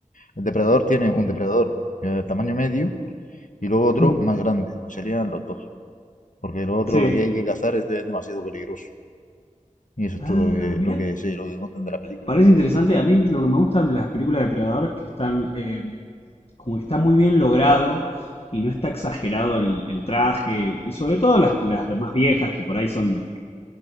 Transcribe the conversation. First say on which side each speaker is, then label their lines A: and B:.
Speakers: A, on the left; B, on the left.
A: el depredador tiene un depredador de tamaño medio y luego otro
B: Hmm,
A: más grande, pues serían los dos, porque el otro
B: Sí.
A: lo que hay que cazar es de- demasiado peligroso. Y eso es
B: Ah,
A: todo lo que,
B: mira,
A: lo que sí, lo que cuentan de la película.
B: parece interesante. A mí lo que me gustan de las películas de Predador es que están, eh, como que está muy bien logrado y no está exagerado el, el traje. Y sobre todo las, las más viejas, que por ahí son las que,